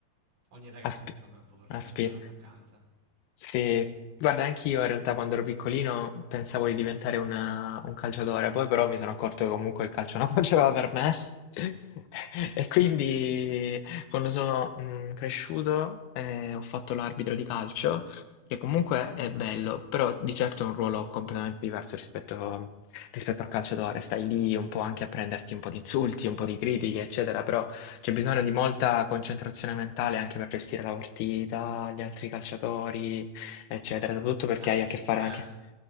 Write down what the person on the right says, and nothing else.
Ogni ragazzino,
secondo me, un po' vorrebbe
essere l'attaccante.
Eh sì.
Anche
fisica,
eh.